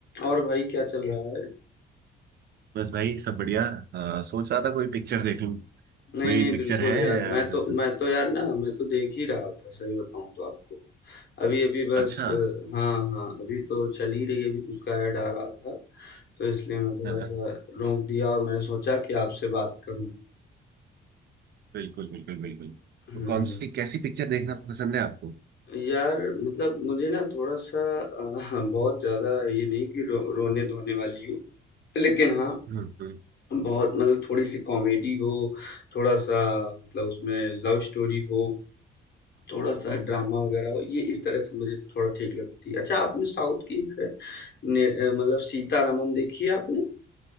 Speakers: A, on the left (about 55°); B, on the right (about 55°).
A: और भाई क्या चल रहा है
B: बस भाई सब बढ़िया अ, सोच रहा था कोई पिक्चर देख लूं कोई
A: नहीं नहीं
B: पिक्चर
A: बिल्कुल
B: है
A: यार मैं
B: अ, जैसे
A: तो मैं तो यार ना मैं तो देख ही रहा था सही बताऊं तो आपको अभी अभी बस
B: अच्छा
A: अ, हाँ हाँ अभी तो चल ही रही है अभी तो उसका ऐड आ रहा था तो इसलिए मैं थोड़ा
B: हाँ, हाँ,
A: सा रोक दिया और मैंने सोचा कि आपसे बात करूं
B: बिल्कुल बिल्कुल बिल्कुल
A: हम्म
B: तो कौन सी कैसी पिक्चर देखना पसंद है आपको
A: यार मतलब मुझे ना थोड़ा सा अ, बहुत ज्यादा ये नहीं कि रो, रोने धोने वाली हो लेकिन हाँ
B: हम्म हम्म।
A: बहुत मतलब थोड़ी सी कॉमेडी हो थोड़ा सा मतलब उसमें लव स्टोरी हो थोड़ा-सा ड्रामा वगैरह हो, ये इस तरह से मुझे थोड़ा ठीक लगती है। अच्छा आपने साउथ की एक है ने अ, मतलब सीतारामम देखी है आपने?